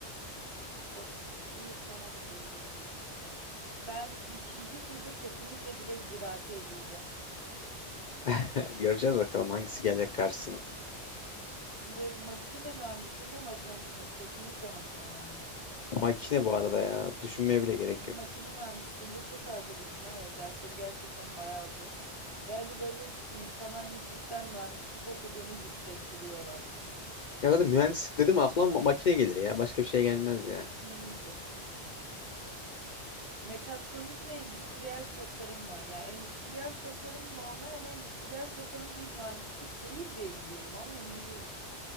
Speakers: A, on the right; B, on the left.
A: Of iyi tamam hadi öyle olsun. Ben ikinci turda kesinlikle direkt ziraate eleyeceğim.
B: <laughs> Göreceğiz bakalım hangisi gelecek karşısına.
A: Şimdi makine mühendisi mi matematik mi? Kesinlikle makine mühendisi.
B: Makine bu arada ya düşünmeye bile gerek
A: Benim
B: yok.
A: makine mühendisliğinde çok arkadaşım var ya dersleri gerçekten bayağı zor. Ve hani böyle insana hani cidden mühendislik okuduğunu hissettiriyorlar.
B: Ya zaten mühendislik dedim aklıma ma- makine gelir ya başka bir şey gelmez ya.
A: Makine iyidir. Mekatronik mi endüstriyel tasarım mı? Ya endüstriyel tasarım normal ama endüstriyel tasarım bir mühendislik değil diye biliyorum ama emin değilim.